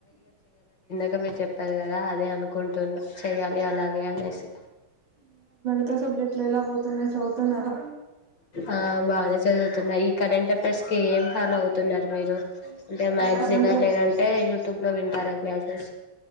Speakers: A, on the left; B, on the right.
A: ఇంకా మీరు చెప్పారు కదా అదే అనుకుంటున్నా చెయ్యాలి అలాగే అనేసి
B: కొత్త సబ్జెక్టులు ఎలా బోత్ తున్నాయి చదువుతున్నారు
A: ఆ బానే చదువుతున్నా ఈ కరెంట్ అఫైర్స్ కి ఏం ఫాలో అవుతున్నారు మీరు అంటే మ్యాగజీనా
B: కరెంటు ఏ
A: లేదంటే యూట్యూబ్ లో వింటారా క్లాసెస్